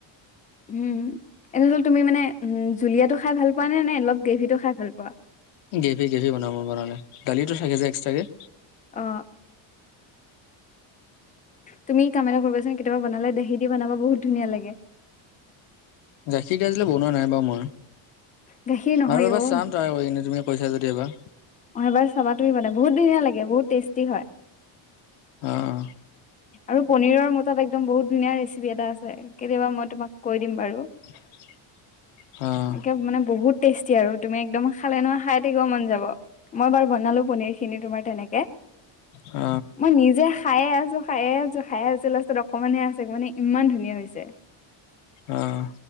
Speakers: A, on the left; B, on the left.
A: উম এনে ধৰি লোৱা তুমি মানে উম জুলীয়াটো খাই ভাল পোৱা নে, নে অলপ গ্ৰেভিটো খাই ভাল পোৱা?
B: গ্ৰেভি গ্ৰেভি বনাম মই বনালে দালিটো থাকে যে এক্সট্ৰাকে।
A: অ। তুমি কাম এটা কৰিবাচোন কেতিয়াবা বনালে দহি দি বনাব চোন বহুত ধুনীয়া লাগে।
B: গাখীৰ দি আজিলৈ বনোৱা নাই বাৰু মই।
A: গাখীৰ নহয়
B: বাৰু এবাৰ
A: অ
B: চাম ট্ৰাই মাৰিকিনে তুমি কৈছা যদি এবাৰ।
A: অঁহ এবাৰ চাবা তুমি বানাই বহুত ধনীয়া লাগে বহুত টেষ্টি হয়।
B: অঁহহ।
A: আৰু পনীৰৰ মোৰ তাত একদম বহুত ধুনীয়া ৰেচিপি এটা আছে। কেতিয়াবা মই তোমাক কৈ দিম বাৰু।
B: <unintelligible> অ
A: একে মানে বহুত টেষ্টি আৰু তুমি একদম খালে নহ খাই থাকিব মন যাব। মই বাৰ বনালো পনিৰ খিনি তোমাৰ তেনেকে।
B: অ',
A: মই নিজে খায়ে আছো, খায়ে আছো, খায়ে আছো লাষ্টত অকমানহে আছে মানে ইমান ধুনীয়া হৈছে।
B: আহ।